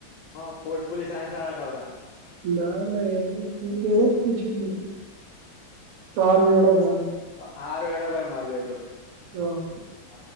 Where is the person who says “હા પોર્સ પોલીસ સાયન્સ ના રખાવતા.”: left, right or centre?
Left